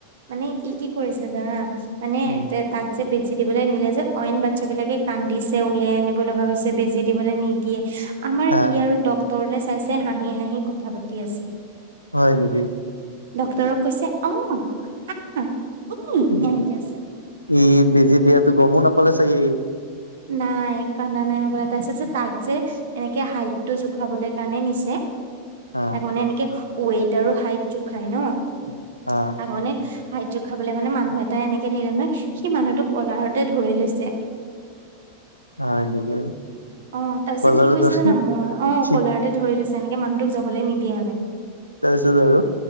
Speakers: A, on the right; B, on the left.
A: মানে ই কৰিছে জানা, মানে
B: উম
A: তাক যে বেজি দিবলৈ নিলে যে, অইন বাচ্ছা বিলাকে কান্দিছে। উলিয়াই আনিব লগা হৈছে, বেজি দিবলৈ নিদিয়ে আমাৰ
B: হা
A: ই আৰু ডক্টৰলে চাই চাই, হাঁহি হাঁহি কথা পাতি আছে।
B: হয় নেকি?
A: ডক্তৰক কৈছে, অহ, আহ, উম
B: ই
A: এনেকে আছে।
B: ই বেজি দিয়াতো গমো নাপালে চাগে ই।
A: নাই কান্দা নাই <unintelligible> তাৰপিছত যে তাক যে এনেকে হাইটটো জোখাবলৈ কাৰণে নিছে।
B: অ
A: তাক মানে এনেকে, ৱেইট আৰু হাইট জোখাই নহ।
B: অ'।
A: তাক মানে হাইট জোখাবলৈ মানে মানুহ এটাই এনেকে নিলে নহয়, সি মানুহটোক কলাৰতে ধৰি লৈছে। <unintelligible>
B: হয় নেকি?
A: অ', তাৰপিছত
B: কলাৰ
A: কি কৰিছে
B: ধৰি
A: জানা, মই অ',
B: কি
A: ক'লাৰতে ধৰি লৈছে, এনেকে মানুহটোক যাবলৈ নিদিয়ে মানে।
B: তাৰপিছত আৰু?